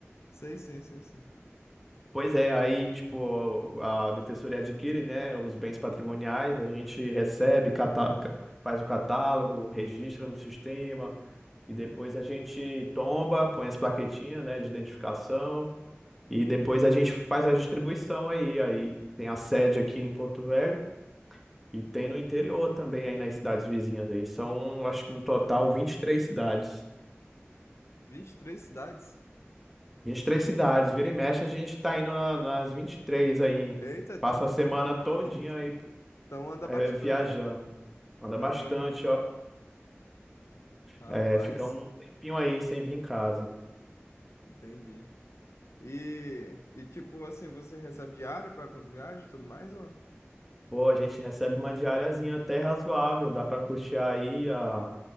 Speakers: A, on the left; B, in the centre.
A: Sei sim, sei sim.
B: Pois é, aí, tipo, a defensoria adquire, né, os bens patrimoniais, a gente recebe, cata- faz o catálogo, registra no sistema, e depois a gente tomba, põe as plaquetinhas, né, de identificação. E depois a gente faz a distribuição aí. Aí tem a sede aqui em Porto Velho e tem no interior também, aí nas cidades vizinhas aí. São, acho que no total, 23 cidades.
A: vinte e três cidades?
B: vinte e três cidades. Vira e mexe, a gente tá indo na, nas 23 aí.
A: Eita, tá.
B: Passa a semana todinha
A: eita,
B: aí
A: Então anda
B: é,
A: bastante
B: viajando.
A: aí, pra-
B: Anda
A: viajando.
B: bastante, ó.
A: Rapaz,
B: É, fica um tempinho aí sem vir em casa.
A: entendi. E, e tipo assim, você recebe diária pra quando viaja e tudo mais? Ou?
B: Pô, a gente recebe uma diariazinha até razoável. Dá pra custear aí a